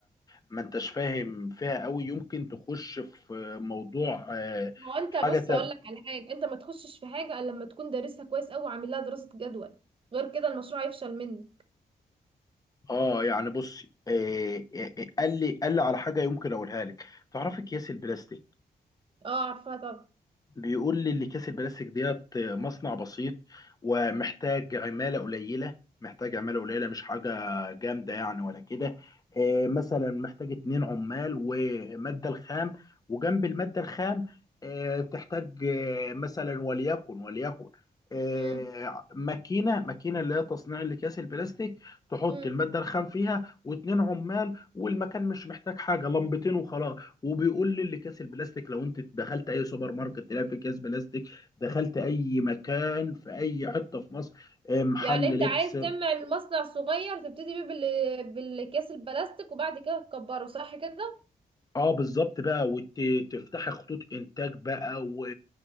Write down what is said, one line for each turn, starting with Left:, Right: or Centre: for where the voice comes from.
Left: ما انتش فاهم فيها قوي يمكن تخش في موضوع آه،
Right: هو انت
Left: حاجه
Right: بص
Left: تانية
Right: هقول لك على حاجه انت ما تخشش في حاجه الا لما تكون دارسها كويس قوي وعامل لها دراسه جدول غير كده المشروع هيفشل منك
Left: اه يعني بصي إيه إيه إيه، قال لي قال لي على حاجه يمكن اقولها لك تعرفي اكياس البلاستيك
Right: اه عارفاها طبعا
Left: بيقول لي اللي كيس البلاستيك ديت مصنع بسيط ومحتاج عمالة قليلة محتاج عمالة قليلة مش حاجة جامدة يعني ولا كده آه، مثلا محتاج اتنين عمال ومادة الخام وجنب المادة الخام آه، تحتاج آه، مثلا وليكن وليكن آه،
Right: امم
Left: ماكينة ماكينة اللي هي تصنيع الأكياس البلاستيك تحط
Right: امم
Left: المادة الخام فيها واتنين عمال والمكان مش محتاج حاجة لمبتين وخلاص وبيقول لي اللي كاس البلاستيك لو انت دخلت اي سوبر ماركت تلاقي في كاس بلاستيك دخلت اي مكان في اي حته في مصر آه، محل
Right: يعني انت
Left: لبس
Right: عايز تعمل مصنع صغير تبتدي بيه بال... بالاكياس البلاستيك وبعد كده تكبره صح كده
Left: اه بالظبط بقى وتفتحي خطوط انتاج بقى و...